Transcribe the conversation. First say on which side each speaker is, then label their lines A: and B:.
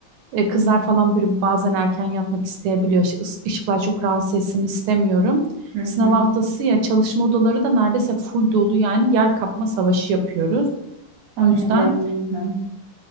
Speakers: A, on the right (about 85°); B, on the right (about 50°).
A: E, kızlar falan bir bazen erken yatmak isteyebiliyor. Işık- ıs- Işıklar çok rahatsız etsin istemiyorum.
B: Hı
A: Sınav
B: hı.
A: haftası ya çalışma odaları da neredeyse full dolu yani yer kapma savaşı yapıyoruz.
B: Tahmin
A: O yüzden
B: edebiliyorum. ben.